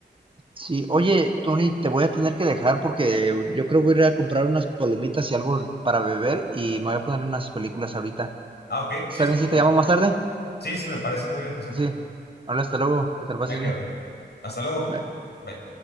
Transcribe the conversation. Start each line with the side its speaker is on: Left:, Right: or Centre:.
Right: Sí, oye, Tony, te voy a tener que dejar porque yo creo voy a ir a comprar unas palomitas y algo para beber y me voy a poner unas películas ahorita.
Left: ah, ok, sí,
Right: ¿Está
Left: sin
Right: bien si
Left: problema.
Right: te llamo más tarde?
Left: Sí, sí, me parece muy bien, José.
Right: Sí. hola hasta luego, que te la pases
Left: Ya quedó.
Right: bien.
Left: Hasta luego.
Right: Bye.
Left: Bye.